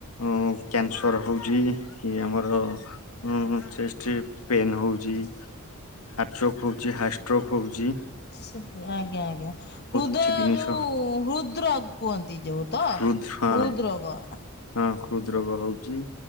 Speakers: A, on the left (about 80°); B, on the left (about 50°).
A: ଉଁ କ୍ୟାନସର ହଉଚି କି ଆମର ହୁଁ ହୁଁ ଚେଷ୍ଟରେ ପେନ୍ ହଉଚି। ହାର୍ଟ ଚୋକ୍ ହୋଉଚି ହାର୍ ଷ୍ଟ୍ରକ୍ ହୋଉଚି।
B: ସେ ଆଜ୍ଞା ଆଜ୍ଞା ହୃଦୟ
A: କିଛି ଜିନିଷ
B: ଯୋଉ ହୃଦ୍ର କୁହନ୍ତି ଯୋଉ ତ?
A: ହୃଦ୍ ହଁ
B: ହୁଦ୍ ରୋଗ।
A: ହଁ ହୃଦ ରୋଗ ହଉଛି